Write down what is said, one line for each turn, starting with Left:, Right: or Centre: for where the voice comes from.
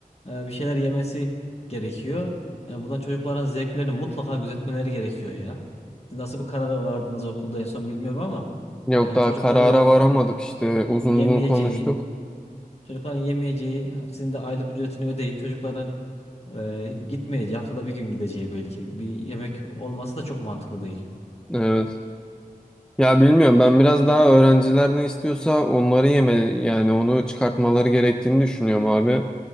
Left: e, bir şeyler yemesi gerekiyor. Yani buradan çocukların zevklerini mutlaka gözetmeleri gerekiyor ya. Siz nasıl bir karara vardınız okulda en son bilmiyorum ama
Centre: Yok daha
Left: e, çocukların
Centre: karara varamadık işte uzun
Left: yemeyeceği,
Centre: uzun konuştuk.
Left: çocukların yemeyeceği, sizin de aylık ücretini ödeyip çocukların e, gitmeyeceği, haftada bir gün gideceği belki bir yemek olması da çok mantıklı değil.
Centre: Evet. Ya bilmiyorum ben biraz daha öğrenciler ne istiyorsa onları yeme yani onu çıkartmaları gerektiğini düşünüyorum abi.